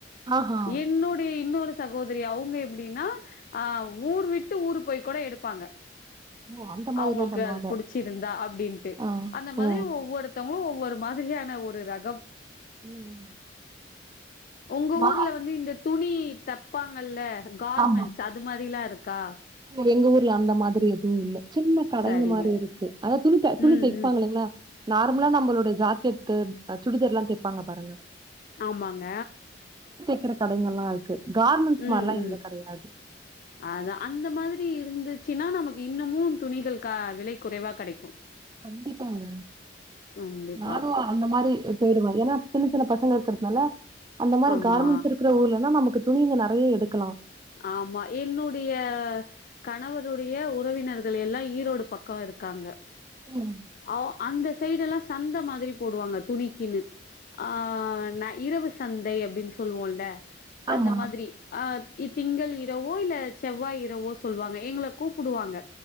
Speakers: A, on the right; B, on the left.
A: ஆஹா
B: என்னுடிய இன்னொரு சகோதுரியா அவ்ங்க எப்டினா அ ஊர் விட்டு ஊரு போய் கூட எடுப்பாங்க
A: ஓ அந்த மாதிரில்லா
B: அவங்கல்க்கு
A: பண்ணுவாங்க
B: அது புடிச்சிருந்தா அப்டின்ட்டு
A: ஆ
B: அந்த மாதுரி
A: ஓ
B: ஒவ்வொருத்தங்களு ஒவ் ஒரு மாதுரியான ஒரு ரகம்
A: ம்
B: உங்க
A: மா
B: ஊர்ல வந்து இந்த துணி தப்பாங்கல்ல கார்மென்ட்ஸ்
A: ஆமா
B: அது மாரிலா இருக் கா
A: எங்க ஊர்ல அந்த மாத்ரி எதுவூ இல்ல சின்ன கடைங்க
B: சரிங்க
A: மாரிருக்கு அனா துணி தெக் துணி
B: ம்
A: தெப்பாங்க
B: ம்
A: நல்லா நார்மலா நம்மளோட ஜாக்கெட்கு அ சுடிதார்லா தெப்பாங்க பாருங்க
B: ஆமாங்க
A: கிற கடைங்கலா இருக்கு கார்மெண்ட்ஸ்
B: ம்
A: மாரிலா
B: ம்
A: இங்க கெடையாது
B: அதா அந்த மாத் தி இருந்துச்சுன்னா நமக்கு இன்னமூ துணிகள் க விலை குறைவா கெடைக்கூ
A: கண்டிப்பாங்க
B: கண்டிப்பா
A: நானூ அந்த மாரி தேடுவே ஏனா சின்ன சின்ன பசங்க இருக்கறதுனால அந்த மாரி
B: ஆமா
A: கார்மெண்ட்ஸ் இருக்கற ஊர்லனா நமக் கு துணிங்க நறைய எடுக்கலா
B: ஆமா என்னுடைய கணவருடைய உறவினர்கள் எல்லா ஈரோடு பக்கோ இருக்காங்க
A: ம்
B: அவ் அந்த சைடு எல்லா சந்த மாத்ரி போடுவாங்க துணிக்குன்னு ஆ நா இரவு சந்தை அப்டின் சொல்லுவோல்ல
A: ஆமா
B: அந்த மாத்ரி அ இ திங்கள் இரவோ இல்ல செவ்வாய் இரவோ சொல்லுவாங்க எங்கள கூப்புடுவாங்க